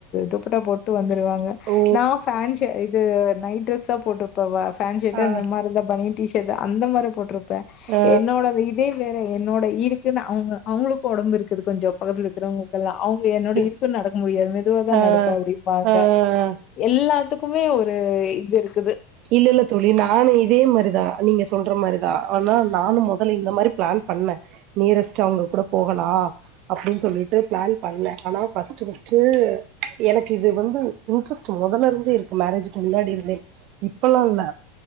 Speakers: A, on the left; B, on the right.
A: துப்புட்டா போட்டு வந்து ருவாங்க
B: ஓ
A: நா பேன்ஸ் செ இது நைட் த்தா போட்டுருப்ப வாஃப் பேண்ட்ஷட்
B: ஆ
A: அந்த மாரிதா பனியன் டிஷர்ட் அந்த மாரி போட்டிருப்பே
B: ஆ
A: என்னோட இதே வேற என்னோட இருக்குன்னு அவுங்க அவுங்களுக்கு ஒடம்பு இருக்குது கொஞ்சோ பக்கதுல இருக்கிறவங்களுக்கெல்லா அவுங்க என்னோடய
B: ச
A: இருக்கு நடக்க முடியாது மெதுவா தா
B: ஆ
A: நடப்பே அப்பிடிம்பாங்க
B: ஆ
A: எல்லாத்துக் ப்புமே ஒரு இது இருக்
B: இல்ல இல்ல தோழி நானு இதே மாரிதா நீங்க சொல்ற மாரிதா ஆனா நானு முதல்ல இந்த மாரி பிளான் பண்ணே நியரஸ்ட் அவுங்க கூட போகலா அப்பிடின்னு சொல்லிட்டு பிளான் பண்ணே ஆனா பஸ்ட் பஸ்ட் எனக்கு இது வந்து இன்ட்ரெஸ்ட் முதல இருந்தே இருக்கு மேரேஜ்கு முன்னாடி இருந்தே இப்பலா இல்ல